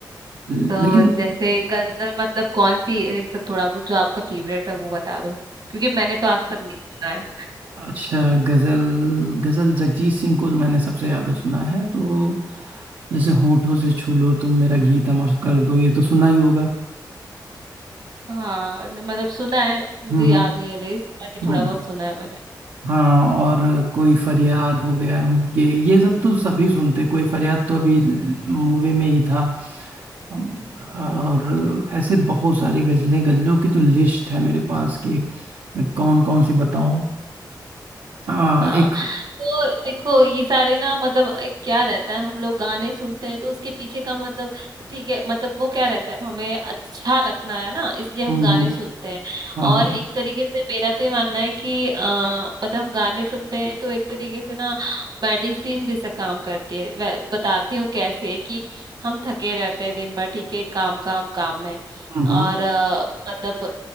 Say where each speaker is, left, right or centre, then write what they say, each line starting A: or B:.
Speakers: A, on the right (about 80°); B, on the right (about 60°).
A: ल-
B: तो
A: लेकिन
B: जैसे गजल मतलब कौन सी एक तो थोड़ा बहुत जो आपका फेवरेट है वो बता दो क्योंकि मैंने तो आज तक नहीं सुना है
A: अच्छा गजल गजल जगजीत सिंह को मैंने सबसे ज्यादा सुना है तो जैसे होठों से छू लो तुम मेरा गीत अमर कर दो ये तो सुना ही होगा
B: हाँ न- मतलब सुना है मुझे
A: हम्म
B: याद
A: हम्म
B: नहीं है लिरिक्स बाकी
A: हम्म।
B: थोड़ा बहुत सुना है मैंने
A: हाँ और कोई फरियाद हो गया ये ये सब तो सभी सुनते कोई फरियाद तो अभी मूवी में ही था अम, और ऐसे बहुत सारी गजलें गजलों की तो लिस्ट है मेरे पास कि मैं कौन कौन सी बताऊं आ,
B: हाँ
A: एक
B: तो देखो ये सारे ना मतलब एक क्या रहता है हम लोग गाने सुनते हैं तो उसके पीछे का मतलब ठीक है मतलब वो क्या रहता है हमें अच्छा लगना है ना इसलिए हम
A: हम्म
B: गाने
A: हम्म
B: सुनते हैं
A: हाँ
B: और
A: हाँ
B: एक तरीके से मेरा तो ये मानना है कि आ, मतलब हम गाने सुनते हैं तो एक तरीके से ना मेडिसिन जैसा काम करती है वै- बताती हूँ कैसे कि हम थके रहते हैं दिन भर ठीक है काम काम काम में
A: हम्म
B: और
A: हम्म हम्म,
B: अ, मतलब